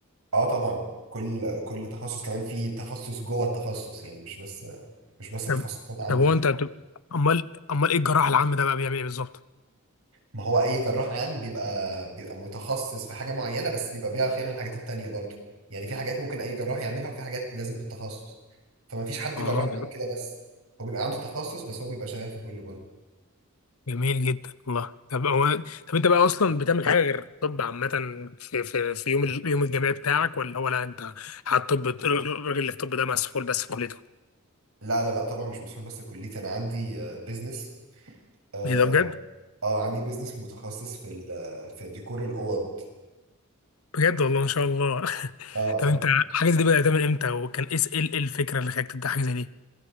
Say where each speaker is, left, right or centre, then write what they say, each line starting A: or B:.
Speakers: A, on the right; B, on the left.
A: اه طبعا كل كل تخصص كمان في تخصص جوه التخصص يعني مش بس مش بس تخصصات
B: طب
A: عامه
B: طب هو
A: كده
B: انت بتبقى امال امال ايه الجراح العام ده بقى بيعمل ايه بالظبط؟
A: ما هو اي جراح عام بيبقى بيبقى متخصص في حاجه معينه بس بيبقى بيعرف يعمل الحاجات التانيه برضو يعني في حاجات ممكن اي جراح يعملها وفي حاجات لازم بالتخصص فما فيش حد
B: اه
A: جراح عام كده بس هو بيبقى عنده تخصص بس هو بيبقى شغال في كل جوه
B: جميل جدا والله طب هو طب انت بقى اصلا بتعمل حاجه غير طب عامه في في, في يوم ال- يوم الجامعي بتاعك ولا هو لا انت حاطط طب الراجل اللي في الطب ده مسحول بس في كليته
A: لا لا لا طبعا مش مسؤول بس في كليتي انا عندي بيزنس اه
B: ايه ده بجد
A: business. آه، آه، عندي بيزنس متخصص في ال- في ديكور الاوض
B: بجد والله ما شاء الله <laughs>
A: اه
B: طب انت حاجه زي دي بدات من امتى وكان ايه س- ايه ال- ايه الفكره اللي خلاك تبدا حاجه زي دي